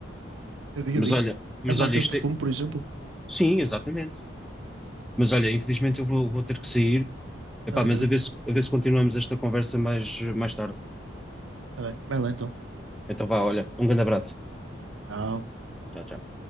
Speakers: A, on the right; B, in the centre.
A: Eu vi,
B: Mas
A: eu vi.
B: olha, mas
A: A marca
B: olha, isto
A: de perfume,
B: é...
A: por exemplo.
B: Sim, exatamente. Mas olha, infelizmente eu vou, vou ter que sair. Epá,
A: Está bem,
B: mas
A: está bem.
B: a ver se, a ver se continuamos esta conversa mais, mais tarde.
A: Está bem. Vai lá então.
B: Então vá, olha, um grande abraço.
A: Tchau.
B: Tchau, tchau.